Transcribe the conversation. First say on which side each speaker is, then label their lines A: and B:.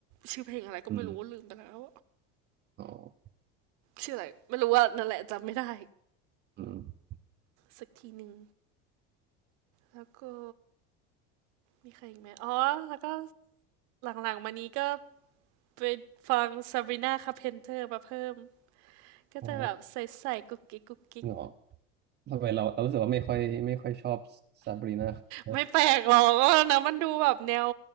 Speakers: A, on the right (about 65°); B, on the right (about 30°).
A: ชื่อเพลงอะไรก็ไม่รู้ลืมไปแล้ว
B: อืมอ๋อ
A: ชื่ออะไรไม่รู้ว่านั่นแหละจำไม่ได้
B: อืม
A: สักทีหนึ่ง แล้วก็มีใครอีกไหม อ๋อ แล้วก็หลังๆมานี้ก็ไปฟัง Sabrina Carpenter มาเพิ่ม ก็จะแบบใส่ๆกุ๊กกิ๊กกุ๊กกิ๊ก
B: อ๋อจริงเหรอ ทำไมเราเรารู้สึกว่าไม่ค่อยไม่ค่อยชอบซาบรีนาอ
A: ไม่แปลกหรอกนะมันดูแบบแนว